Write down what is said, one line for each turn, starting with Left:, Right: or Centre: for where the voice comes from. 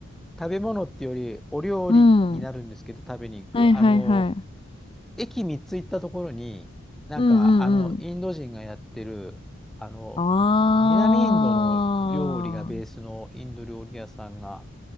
Centre: 食べ物っていうより、お料理になるんですけど、
Left: うん。は
Centre: 食べに行く。
Left: いはいはい。
Centre: あの、駅3つ行ったところに、なんか、
Left: うんうんうん。
Centre: あの、インド人がやってる、あの、
Left: あー。
Centre: 南インドの料理がベースのインド料理屋さんが